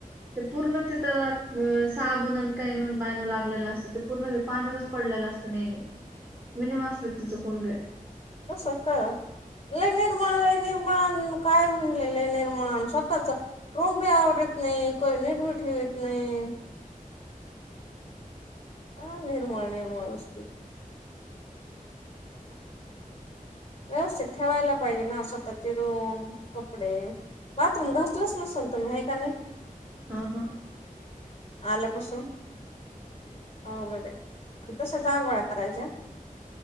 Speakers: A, on the right; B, on the left.
A: ते पूर्ण तिथं साबण कानून बाणू लागलेलं असतं ते पूर्ण ते पाण्यात पडलेलं असतं नेहमी मी वापरत तिचं कोलगेट
B: असं का लय निर्माळ निर्माळ काय म्हणले लय निर्माण स्वतःच रूम बी आवरत नाही कोही नीट ब ठेव यत नाही
A: <inaudible>
B: हा निर्माल निर्मल वस्तु व्यवस्थित ठेवायला पाहिजे ना स्वतःचे रूम कपडे बाथरूम घासलच नसल तुम्ही हे का नाही
A: हा हा
B: आल्यापासून अवघडे तसच आघोळया करायच्या